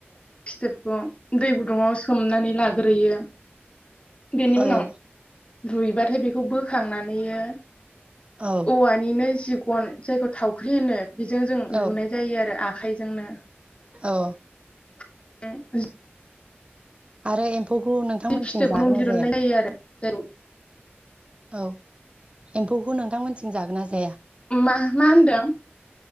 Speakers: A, on the left; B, on the right.
A: फिथोबखौ दै गुदुङाव सोमनानै लाग्रोयो। बिनि
B: औ
A: उनाव रुइबाथाय बेखौ बोखांनानैयो
B: औ
A: औवानिनो जि गन जायखौ थावख्रि होनो। बिजों जों
B: औ
A: लुनाय जायो आरो आ खाइजोंनो
B: औ
A: <inaudible>
B: आरो एम फ'ग नोंथांमोनथिं
A: जि फिथोबखौ
B: जागोन
A: दिरुननाय
B: ना जाया?
A: <unintelligible>
B: औ एम्फौखौ नोंथांमोनथिं जागोन ना जाया?
A: मा मा होनदों?